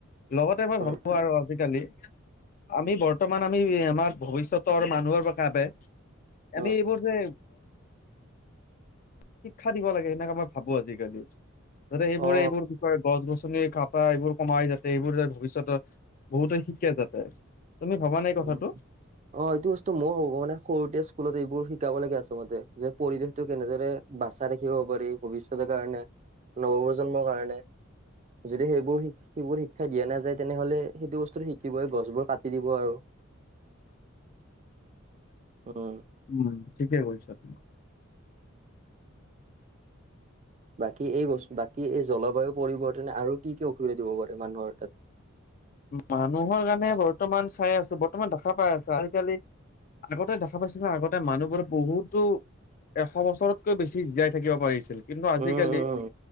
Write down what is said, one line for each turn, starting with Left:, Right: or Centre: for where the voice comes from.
Left: লগতে মই
Right: উম
Left: ভাবো আৰু আজিকালি আমি বৰ্ত বৰ্তমান আমি আমাৰ ভৱিষ্যতৰ মানুহৰ পৰা কাবে আমি
Right: উম
Left: এইবোৰ যে শিক্ষা দিব লাগে সেনেকা মই ভাবো আজিকালি যাতে সেইবোৰে
Right: অ
Left: এইবোৰ বিষয় গছ গছ কাট এইবোৰ কমাই যাতে এইবোৰ ভৱিষ্যতৰ বহুতে শিকে যাতে। তুমি ভবা নাই কথাটো
Right: উ অ এইটো বস্তু মই হ'ব মানে সৰুতে স্কুলত এইবোৰ শি শিকাব লাগে আচলতে যে পৰিৱেশতটো কেনেদৰে বাচাই ৰাখিব পাৰি ভৱিষ্যতৰ কাৰণে। নৱপ্ৰজন্মৰ কাৰণে যদি সেইবোৰ সেইবোৰ শিক্ষা দিয়া নাযায় তেনেহলে সেইটো বস্তু শিকিবই গছবোৰ কাটি দিব আৰু। উম
Left: উম ঠিকে কৈছা তুমি
Right: বাকী এই বস্তু বাকী এই জলবায়ু পৰিৱৰ্তনে আৰু কি কি অসুবিধা দিব পাৰে মানুহৰ তাত <inaudible>
Left: মানুহৰ কাৰণে বৰ্তমান চাই আছো বৰ্তমান দেখা পাই আছো আজিকালি আগতে দেখা পাইছিলো ন আগতে মানুহবোৰে বহুতো- এশ বছৰতকৈ বেছি জীয়াই থাকিব পাৰিছিল কিন্তু আজিকালি
Right: উম উম